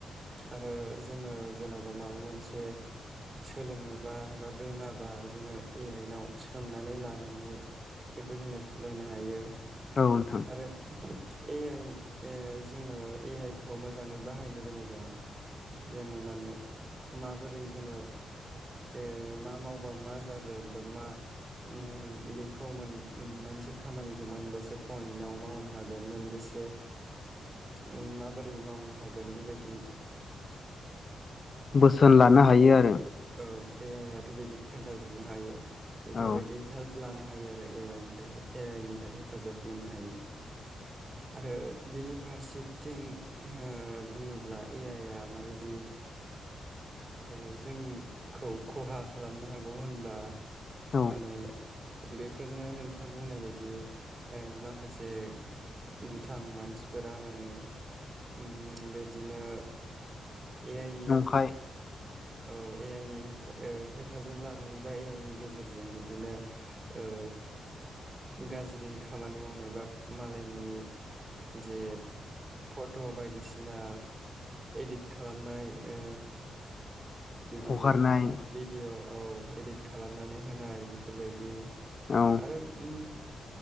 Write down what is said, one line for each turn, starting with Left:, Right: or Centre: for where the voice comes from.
Right: आरो जोङो जेन'बा माबा मोनसे सोलोंनोबा बा रोङाबा जोङो ए आइआव सोंनानै लानानै बेखौ जोङो सोलोंनो हायो
Left: औ नोंथां
Right: आरो ए आइ ओ जोङो ए आइ खौ मोजाङै बाहायनो रोङोबा जोङो माने माबोरै जोङो ओ मा मावबा मा जागोन बा मा ओ बेखौ मोनसे खामानिखौ मोनबेसे पइन्टाव मावनो हागोन मोनबेसे ओम माबोरै मावनो हागोन बेबायदि
Left: बोसोन लानो हायो
Right: ए
Left: आरो
Right: औ ए आइ आथ' बिदि खोन्थाजोबनो हायो बेफोरबायदि
Left: औ
Right: हेल्प लानो हायो आरो ए आइ निफ्राय ए आइ निफ्राय हेफाजाब मोननो हायो आरो बिनि फारसेथिं अ बुङोब्ला ए आइ आ माबायदि ओ जोंखौ खहा खालामनो हागौ होनबा
Left: औ
Right: माने बेफोरनो नोंथां बुंनाय बायदि आ माखासे दुथां मानसिफोरा माने ओम बिदिनो ए आइ नि
Left: नंखाय
Right: औ ए आइ नि हेफाजाब लानानै बा ए आइ नि गेजेरजों बिदिनो ओ गाज्रि खामानि मावनाय बा मालायनि जे फट' बायदिसिना इदित खालामनाय ओ बिदि
Left: हगारनाय
Right: भिडिअ' औ इदिट खालामनानै होनाय बेफोरबायदि
Left: औ
Right: आरो उम